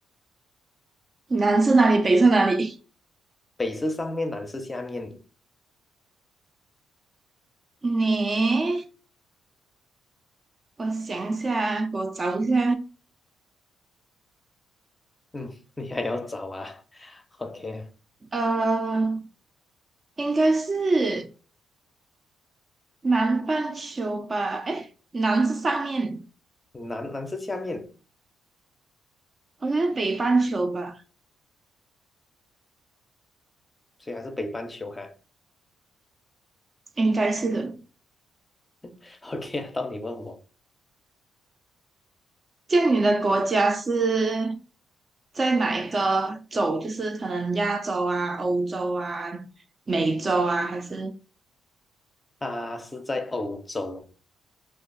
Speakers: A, on the right; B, on the left.
A: 南是哪里，北是哪里？
B: 北是上面，南是下面。
A: 你，我想一下，给我找一下。
B: 嗯，<laughs> 你还要找啊？OK，啊
A: 呃，应该是。南半球吧？哎，南是上面，
B: 南南是下面，
A: 我觉得北半球吧，
B: 虽然是北半球哈、
A: 应该是的。
B: <laughs> OK，啊到你问我，
A: 这样你的国家是在哪一个洲？就是可能亚洲啊、欧洲啊、美洲啊，还是？
B: 它是在欧洲。